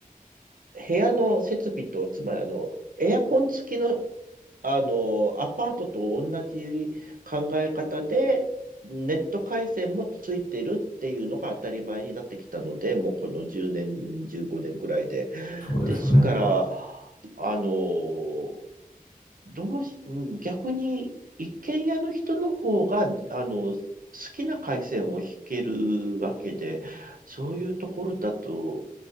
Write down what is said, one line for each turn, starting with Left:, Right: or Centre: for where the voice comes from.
Right: 部屋の設備と、つまり、あの、エアコン付きのあの、アパートと同じ考え方で、ネット回線もついてるっていうのが当たり前になってきたので、もうこの10年、15年ぐらいで。
Left: そうですね。
Right: ですから、あの、どうし、うん逆に一軒家の人の方が、あの、好きな回線を引けるわけで、そういうところだと、